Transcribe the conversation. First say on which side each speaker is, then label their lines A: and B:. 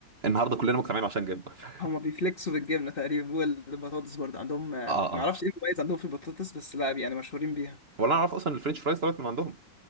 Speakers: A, on the right; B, on the left.
A: النهارده كلنا مجتمعين عشان جبنه <laughs>
B: هما بيفلكسوا بالجبنه تقريبا والبطاطس برضه عندهم ما
A: اه اه
B: اعرفش ايه المميز عندهم في البطاطس بس لا يعني مشهورين بيها
A: ولا انا اعرف اصلا الفرنش فرايز طلعت من عندهم